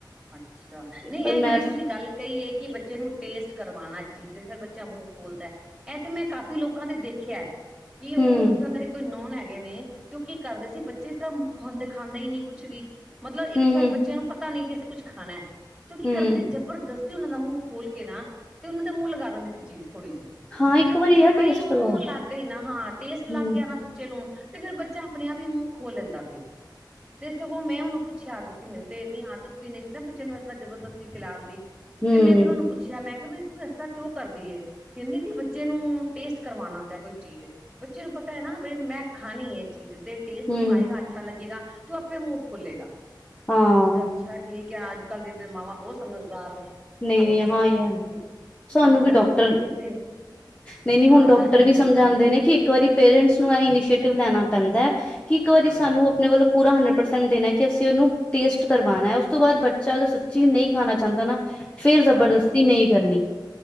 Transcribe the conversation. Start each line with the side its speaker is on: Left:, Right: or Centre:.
Centre: ਅੱਛਾ ਨਈ
Left: ਪਰ
Centre: ਐ ਜੇੜੀ
Left: ਮੈਂ
Centre: ਤੁਸੀਂ ਗੱਲ ਕਈ ਏ ਕਿ ਬੱਚੇ ਨੂੰ ਟੇਸਟ ਕਰਵਾਣਾ ਚੀਜ਼, ਫੇਰ ਬੱਚਾ ਮੂੰਹ ਖੋਲਦੈ ਐ ਤੇ ਮੈਂ ਕਾਫ਼ੀ ਲੋਕਾਂ ਦੇ ਦੇਖਿਐ, ਕੀ ਓ
Left: ਹੂੰ,
Centre: ਮੇਰੇ ਕੋਈ ਨੌਨ ਹੈਗੇ ਨੇ ਤੇ ਓ ਕੀ ਕਰਦੇ ਸੀ ਬੱਚੇ ਇਸ ਤਰ੍ਹਾਂ ਖਦੇ ਖਾਂਦੇ ਈ ਨੀ ਕੁੱਛ ਵੀ, ਮਤਲਬ ਇੱਕ
Left: ਹੂੰ-ਹੂੰ,
Centre: ਸ਼ੈਦ ਬੱਚਿਆਂ ਨੂੰ ਪਤਾ ਨੀ ਕੀ ਅਸੀਂ ਕੁੱਛ ਖਾਣਾ, ਕਿਊ ਕੀ
Left: ਹੂੰ
Centre: ਕਰਦੇ ਜਬਰਦ ਸਤੀ ਓਨਾ ਦਾ ਮੂੰਹ ਖੋਲ ਕੇ ਨਾ, ਤੇ ਓਨਾਂ ਦਾ ਮੂੰਹ ਲਗਾ ਦਿੰਦੀ ਸੀ ਚੀਜ਼ ਥੋੜੀ ਜੀ।
Left: ਹਾਂ ਇੱਕ
Centre: ਤੇ
Left: ਵਾਰੀ
Centre: ਹੁਣ ਜਿਸ
Left: ਯਾਰ
Centre: ਤਰ੍ਹਾਂ
Left: ਟੇਸਟ
Centre: ਈ ਮੂੰਹ
Left: ਕਰਵਾਓ
Centre: ਲੱਗ ਗਈ ਨਾ, ਹਾਂ ਟੇਸਟ ਲੱਗ
Left: ਹੂੰ,
Centre: ਗਿਆ ਨਾ ਬੱਚੇ ਨੂੰ ਤੇ ਫੇਰ ਬੱਚਾ ਆਪਣੇ ਆਪ ਈ ਮੂੰਹ ਖੋਲ ਲੈਂਦਾ ਸੀ, ਤੇ ਸਗੋਂ ਮੈਂ ਹੁਨ ਪੁੱਛਿਆ, ਕਿਉਂਕਿ ਮੈਨੂੰ ਤੇ ਏਨੀ ਆਦਤ ਵੀ ਨਈ ਸੀ ਨਾ ਬੱਚੇ ਨੂੰ ਇਸ ਤਰਾਂ ਜਬਰਦਸਤੀ ਖਿਲਾਣ ਦੀ,
Left: ਹੂੰ,
Centre: ਤੇ ਮੈਂ ਫੇਰ ਓਨੂੰ ਪੁੱ ਛਿਆ, ਮੈਂ ਕਿਆ ਬੀ ਤੂੰ ਐਸ ਤਰ੍ਹਾਂ ਕਿਉਂ ਕਰਦੀ ਏ? ਕੈਂਦੀ ਕੀ ਬੱਚੇ ਨੂੰ ਟੇਸਟ ਕਰਵਾਣਾ ਹੁੰਦੈ ਕੋਈ ਚੀਜ਼। ਬੱਚੇ ਨੂੰ ਪਤਾ ਐ ਨਾ, ਬਈ ਮੈਂ ਖਾਣੀ ਐ ਚੀਜ਼। ਤੇ ਟੇਸਟ
Left: ਹੂੰ
Centre: ਓਨੂੰ ਆਏਗਾ ਅੱਛਾ ਲੱਗੇਗਾ, ਤੇ ਓ ਆਪੇ ਮੂੰਹ ਖੋਲੇਗਾ।
Left: ਹਾਂ
Centre: ਮੈਂ ਕਿਆ, ਅੱਛਾ ਠੀਕ ਐ, ਆਜ ਕੱਲ੍ਹ ਦੀਆਂ ਮਾਵਾਂ ਬੋ ਸਮਝਦਾਰ ਨੇ।
Left: ਨਈ-ਨਈ,
Centre: ਸਾਨੂੰ ਤੇ ਸਮਝ
Left: ਹਾਂ ਈ
Centre: ਹੀ
Left: ਆ।
Centre: ਨਹੀਂ ਸੀ
Left: ਸਾਨੂੰ ਵੀ
Centre: ਤੇ
Left: ਡੋਕਟਰ,
Centre: ਸਮਝ ਹੀ ਨਹੀਂ ਸੀ
Left: ਨਈ-ਨਈ
Centre: ਹਾਂ
Left: ਹੁਣ ਡੋਕਟਰ ਵੀ ਸਮਝਾਦੇ ਨੇ ਕੀ ਇੱਕ ਵਾਰੀ ਪੇਰੈਂਟਸ ਨੂੰ ਐ ਇਨੀਸ਼ੀਏਟਿਵ ਲੈਣਾ ਪੈਂਦੈ, ਕਿ ਇੱਕ ਵਾਰੀ
Centre: ਹਾਂ
Left: ਸਾਨੂੰ ਆਪਣੇ ਵੱਲੋਂ ਪੂਰਾ ਹੰਡਰਡ ਪਰਸੈਂਟ ਦੇਣਾ ਕਿ ਅਸੀਂ ਓਨੂੰ ਟੇਸਟ ਕਰਵਾਣਾ, ਉਸ ਤੋਂ ਬਾਦ ਬੱਚਾ ਅਗਰ ਸੱਚੀ ਨਈ ਖਾਣਾ ਚਾਂਦਾ ਨਾ ਫੇਰ ਜ਼ਬਰਦਸਤੀ
Centre: ਹਾਂ
Left: ਨਈ ਕਰਨੀ।